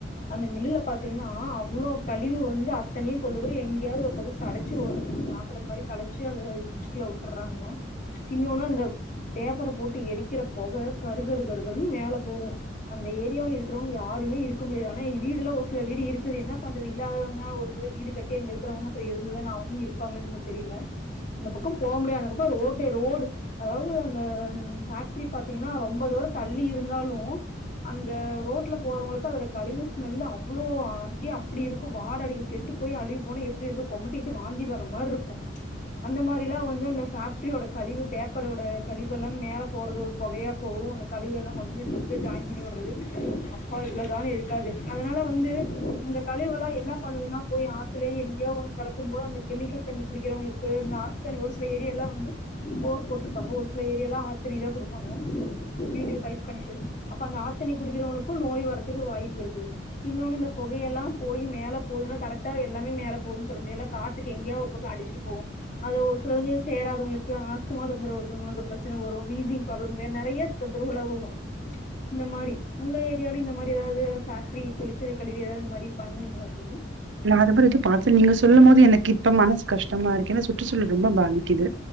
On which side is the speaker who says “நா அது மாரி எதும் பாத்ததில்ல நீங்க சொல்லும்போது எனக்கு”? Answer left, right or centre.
Right